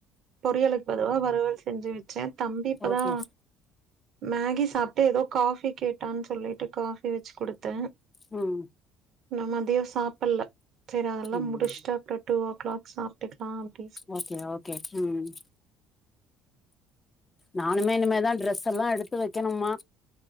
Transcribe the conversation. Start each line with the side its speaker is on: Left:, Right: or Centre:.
Right: பொரியலுக்கு பதுலா வருவல் செஞ்சி வெச்ச தம்பி இப்பதா
Left: ஓகே
Right: மேகி சாப்ட்டு ஏதோ காஃபி கேட்டான் சொல்லிட்டு காஃபி வெச்சி குடுத்த
Left: ம்
Right: நா மதியோ சாப்பல்ல சைரி அதெல்லா
Left: ம்
Right: முடிஷ்டா கட்டுவோ கிளாக்ஸ்ஸா கட்டில்லா அப்டி
Left: ஓக்கே ஓக்கே ம் நானுமே இனிமேதா டிரெஸ்ல்லா எடுத்து வக்கணுமா